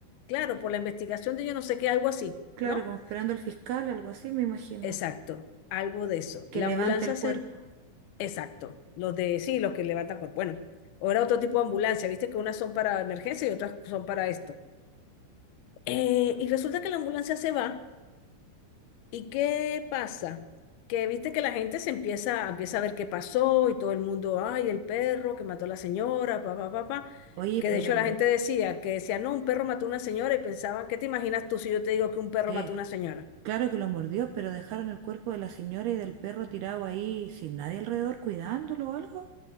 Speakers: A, on the left; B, on the right.
A: Claro, por la investigación de yo no sé qué, algo así,
B: Claro,
A: ¿no?
B: como esperando al fiscal, algo así, me imagino,
A: Exacto, algo de eso.
B: que
A: La
B: levante
A: ambulancia
B: el cuerpo.
A: se... Exacto, los de, sí, los que levantan cuerpo. Bueno, ahora otro tipo de ambulancia, viste que unas son para emergencia y otras son para esto. Eh, y resulta que la ambulancia se va ¿Y qué pasa? Que viste que la gente se empieza, empieza a ver qué pasó y todo el mundo, ay, el perro que mató a la señora, pa, pa, pa, pa".
B: Oye,
A: Que
B: pero
A: de hecho la gente decía, que decía, no, un perro mató a una señora y pensaban, ¿qué te imaginas tú si yo te digo que un perro
B: que
A: mató a una señora?
B: claro que lo mordió, pero dejaron el cuerpo de la señora y del perro tirado ahí sin nadie alrededor cuidándolo o algo.